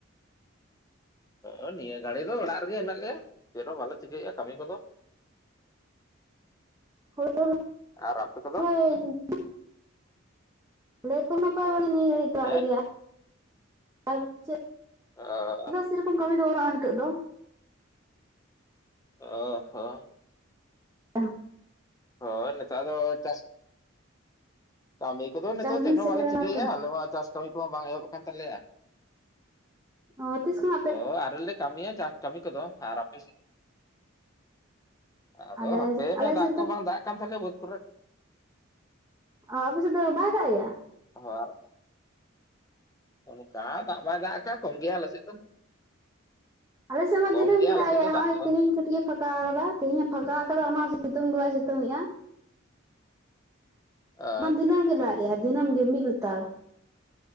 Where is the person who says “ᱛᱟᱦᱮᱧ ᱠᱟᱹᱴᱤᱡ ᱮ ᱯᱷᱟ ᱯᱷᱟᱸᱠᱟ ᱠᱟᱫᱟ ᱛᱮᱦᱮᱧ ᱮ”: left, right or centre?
Right